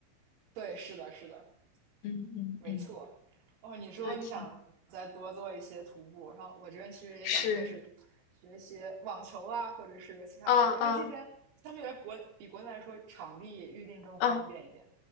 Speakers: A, on the right; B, on the left.
A: 对，是的，是的，
B: 嗯嗯嗯，
A: 没错。哦，你说你想再多做一些徒步，
B: 那挺
A: 然后我这边其实也想开始学一些网球啊，
B: 是，
A: 或者是其他一些，
B: 嗯嗯
A: 因为这边相对于国比国内来说，场地预定更方便一点。
B: 嗯。